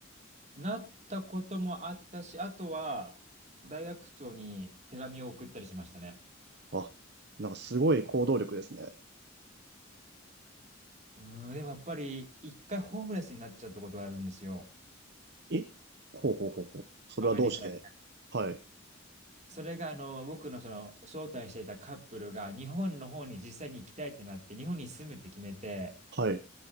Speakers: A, on the right; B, on the right.
A: なったこともあったし、あとは、大学長に手紙を送ったりしましたね。
B: あ、なんかすごい行動力ですね。
A: うーん、でもやっぱり、一回ホームレスになっちゃったことがあるんですよ。
B: えほうほうほうほう。それはどうしてはい、
A: アメリカで。それが、あの、僕のその、招待していたカップルが、日本の方に実際に行きたいってなって、日本に住むって決めて、
B: はい、